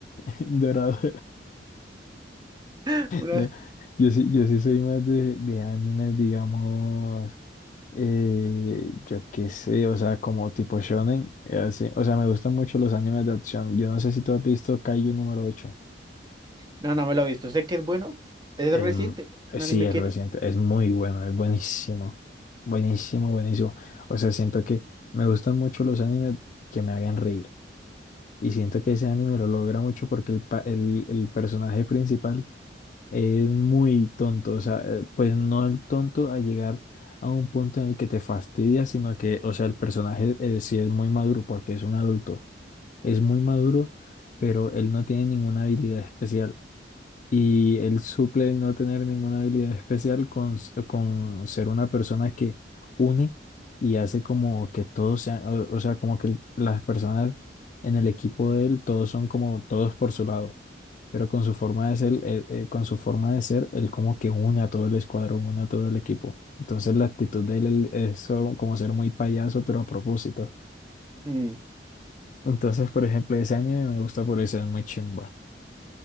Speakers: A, on the left; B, on the right.
A: <laughs> dorado.
B: <laughs> Una-
A: No, yo sí, yo sí soy más de, de animes, digamos, eh, yo qué sé, o sea, como tipo shonen, eh, así. O sea, me gustan mucho los animes de acción. Yo no sé si tú has visto Kaiju número ocho
B: No, no me lo he visto. Sé que es bueno. Es
A: Es
B: reciente.
A: m-
B: Un
A: sí,
B: anime
A: es
B: que.
A: reciente, es muy bueno, es buenísimo, buenísimo, buenísimo. O sea, siento que me gustan mucho los animes que me hagan reír. Y siento que ese anime lo logra mucho porque el, pa- el el personaje principal Es muy tonto, o sea, eh, pues no el tonto a llegar a un punto en el que te fastidia, sino que, o sea, el personaje eh, sí es muy maduro porque es un adulto, es muy maduro, pero él no tiene ninguna habilidad especial. Y él suple el no tener ninguna habilidad especial con, s- con ser una persona que une y hace como que todos sean, o, o sea, como que el- las personas en el equipo de él, todos son como todos por su lado. Pero con su forma de ser, él- él- con su forma de ser, él como que une a todo el escuadrón, une a todo el equipo. Entonces la actitud de él, él- es so- como ser muy payaso, pero a propósito.
B: Mm.
A: Entonces, por ejemplo, ese anime me gusta por eso, es muy chimba.